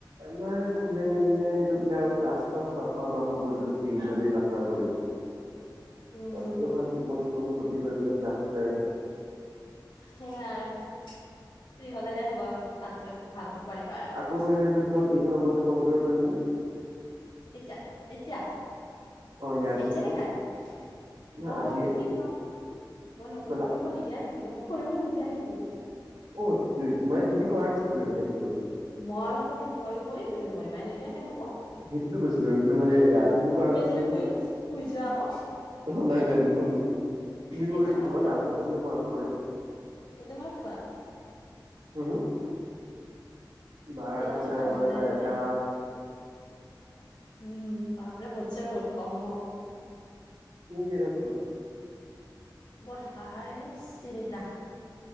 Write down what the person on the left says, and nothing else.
উম,
সেয়া আৰু ফ্ৰী হলেহে হ'ব আৰু ভালকে ভালকৈ পাৰিবা আৰু।
কেতিয়া এতিয়া
এতি ন কাইলে?
মই
কৰিম নে কিি ন মই নক
মোক কৰিব নিদিয়া নাইকি? মোক কৰিব নিদিয়া নেকি?
ময়ো কৰিম ময়ো কৰিম তুমিও কৰিবা এনেকেহে হ'ব।
যদি
শুই
শুই যোৱা আকৌ,
কেইটামানত
স তোমই খোৱা।
কেইটামান
বজা
মানে
টাইম। উম বাপৰে বছে বহুত কম।
মই হাইছ তিনিটা।